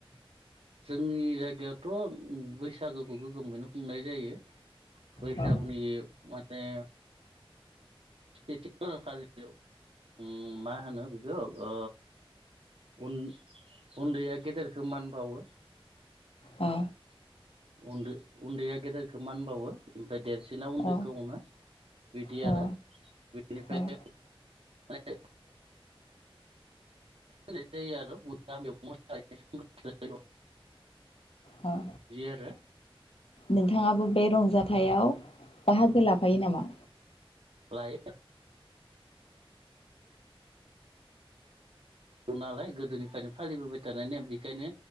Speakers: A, on the right (about 80°); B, on the left (about 75°).
A: जोंनि जायगायावथ' बैसागोखौ गोगोमैनो खुंनाय जायो। बैसागुनि
B: औ
A: माने सेथि खालार खालि उम मा होनो बेखौ ओ उन-उन्दैया गेदेरखौ मानबावो। न-उन्दैया
B: औ
A: गेदेरखौ मान बावो ओमफ्राय देरसिना उन्दैखौ
B: औ
A: अनो बिदि
B: औ
A: आरो बेनिफ्राय
B: औ
A: आ <inaudible> नाय जायो आरो बा बिदि
B: औ
A: आरो <inaudible>
B: नोंथाङाबो बे रंजाथाइयाव बाहागो लाफायो नामा
A: लायो नालाय गोदोनिफ्रायनो फालिबोबाय थानायनि बेखायनो